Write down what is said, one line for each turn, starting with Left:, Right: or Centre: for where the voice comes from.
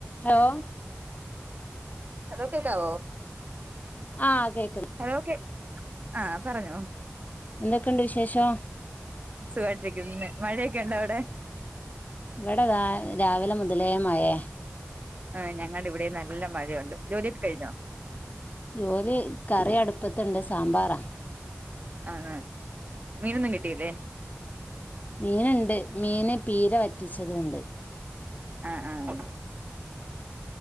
Left: ഹലോ
Right: ഹലോ കേക്കാവോ?
Left: ആഹ് കേ
Right: ഹലോ കേ ആഹ് പറഞ്ഞോ
Left: എന്തൊക്കെയുണ്ട് വിശേഷം?
Right: സുഖായിട്ടിരിക്കുന്ന് ഞാൻ മഴയൊക്കെണ്ടോ അവിടെ?
Left: ഇവിടെതാ രാവിലെ മുതലേ മഴയാ
Right: ആഹ് ഞങ്ങളുടെ ഇവിടേം നല്ല മഴയുണ്ട്. ജോലിഒക്കെ കഴിഞ്ഞോ?
Left: ജോലി കറി അടുപ്പത്തണ്ട് സാമ്പാറാ
Right: ആഹ് മീനൊന്നും കിട്ടിയില്ലേ
Left: മീനുണ്ട് മീന് പീര വറ്റിച്ചതൂണ്ട്.
Right: ആഹ് ആഹ്